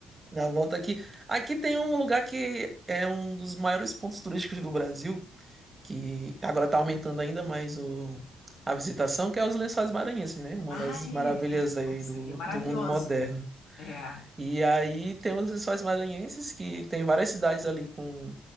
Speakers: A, on the right; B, on the left.
A: Na volta aqui. Aqui tem um lugar que é um dos maiores pontos turísticos do Brasil, que agora está aumentando ainda mais o, a visitação, que é os Lençóis Maranhenses, né? Uma
B: Ah,
A: das
B: é,
A: maravilhas
B: é.
A: aí
B: Ah, isso
A: do,
B: aí é maravilhoso.
A: do mundo moderno.
B: É.
A: E aí tem os Lençóis Maranhenses, que tem várias cidades ali com,